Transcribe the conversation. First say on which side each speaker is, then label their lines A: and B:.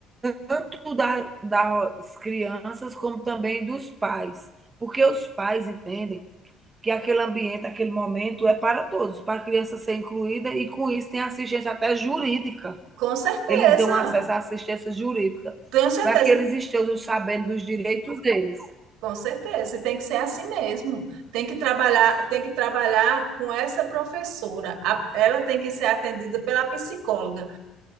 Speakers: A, on the right; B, on the right.
A: tanto da, das crianças como também dos pais, porque os pais entendem que aquele ambiente, aquele momento é para todos, para a criança ser incluída e com isso tem assistência até jurídica.
B: Com certeza,
A: Eles dão acesso à assistência jurídica
B: tenho certeza.
A: para que eles estejam sabendo dos direitos deles.
B: Com certeza, e tem que ser assim mesmo. Tem que trabalhar, tem que trabalhar com essa professora. A- ela tem que ser atendida pela psicóloga,